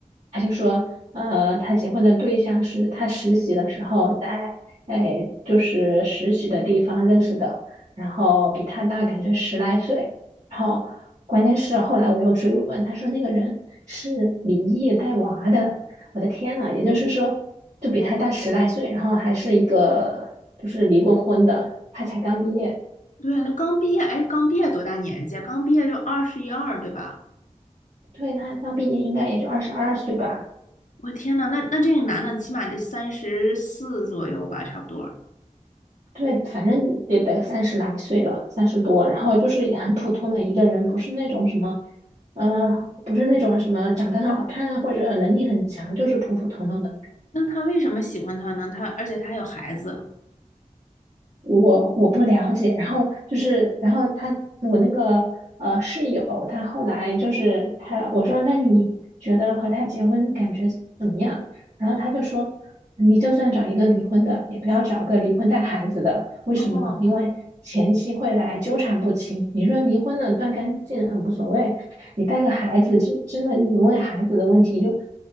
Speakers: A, on the right (about 60°); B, on the left (about 70°).
A: 他就说，呃，他结婚的对象是他实习的时候在，哎，就是实习的地方认识的，然后比他大感觉十来岁，然后关键是后来我又追问，他说那个人是离异带娃的，我的天呐，也就是说，就比他大十来岁，然后还是一个就是离过婚的，他才刚毕业，
B: 对呀，那刚毕业，哎，刚毕业多大年纪啊刚毕业就二十一二，对吧？
A: 对，他刚毕业应该也就二十二岁吧。
B: 我天呐，那那这个男的起码得三十四左右吧，差不多。
A: 对，反正得得三十来岁了，三十多，然后就是也很普通的一个人，不是那种什么，嗯，不是那种什么长得很好看啊，
B: 好吧
A: 或者能力很强，就是普普通通的一个。
B: 那他为什么喜欢他呢？他而且他有孩子。
A: 我我不了解，然后就是，然后他我那个呃室友，他后来就是他我说那你觉得和他结婚感觉怎么样？然后他就说，
B: 嗯，
A: 你就算找一个离婚的，也不要找个离婚带孩子的，为什么呢？
B: 哦，
A: 因为前妻会来纠缠不清。你说离婚了断干净了无所谓，你带个孩子，真真的你因为孩子的问题就